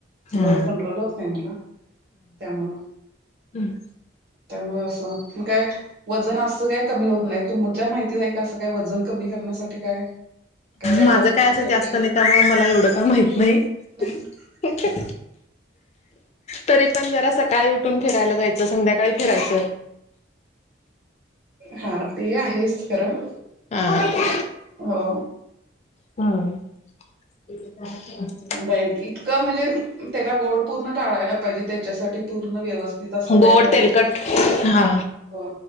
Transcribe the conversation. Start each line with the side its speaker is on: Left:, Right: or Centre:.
Left: हा
Right: गोड कंट्रोल होत नाही मला. त्यामुळं
Left: हम्म.
Right: त्यामुळे असं, काय वजन असं काय कमी होत नाही. तुमच्या माहितीत आहे का? असं काय वजन कमी करण्यासाठी काय. काय डाईट
Left: माझं
Right: असू
Left: काय
Right: शकेल
Left: असं जास्त
Right: का
Left: नाही, त्यामुळे मला एवढं काय माहीत
Right: एवढं
Left: नाही.
Right: नाही
Left: हं. तरी पण जरा सकाळी उठून फिरायला जायचं, संध्याकाळी फिरायचं.
Right: हा, ते आहेच खरं.
Left: हा.
Right: हो.
Left: ह. <unintelligible>
Right: डाएट इतकं म्हणजे, त्याला गोड पूर्ण टाळायला पाहिजे. त्याच्यासाठी पूर्ण व्यवस्थित असं डाईट
Left: गोड
Right: व्हाय
Left: तेलकट
Right: पाहिजे.
Left: हा
Right: हो,